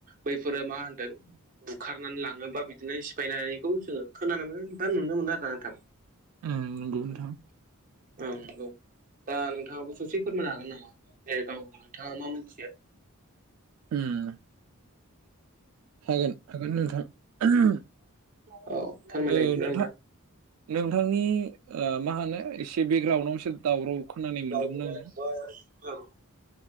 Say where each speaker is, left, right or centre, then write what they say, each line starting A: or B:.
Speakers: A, on the right (about 40°); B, on the right (about 75°).
A: बैफोरो मा होनदों बुखारनानै लाङोबा बिदिनो सिफायनानैखौ जोङो खोनानो मोनो बा नुनो मोनो आरो ना नोंथां।
B: ओम नंगौ नोंथां।
A: औ नंगौ दा नोंथाङाबो ससे फोरमायनो हागोन नामा दे गाव थाङा मा मोनथियो
B: उम हागोन हागोन ना नोंथां।
A: औ। फोरमायलाय
B: ओ
A: बिदिब्ला
B: नोंथां नोंथांनि ओ मा होनो एसे बेकग्राउन्डआव एसे दावराव। खोनानाय
A: <unintelligible>
B: मोनदोंमोन आङो